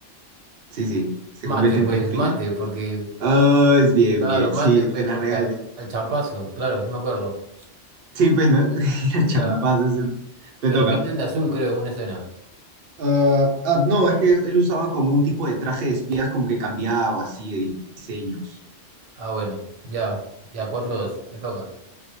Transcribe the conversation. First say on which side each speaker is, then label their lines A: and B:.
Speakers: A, on the right; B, on the right.
A: sí, sí, se
B: Mate,
A: convierte
B: pues,
A: en espía.
B: mate, porque,
A: Oh, es bien,
B: claro,
A: bien,
B: mate,
A: sí,
B: pues,
A: te la
B: porque
A: regales.
B: al, al champazo, claro, sí me acuerdo.
A: Sí, pues, ¿no? <laughs> Era champazo
B: Ya,
A: ese. Te
B: que
A: toca.
B: lo pintan de azul, creo, en una escena.
A: Ah, ah, no, es que él usaba como un tipo de traje de espías, como que cambiaba así de diseños.
B: Ah, bueno, ya, ya, cuatro dos, me toca.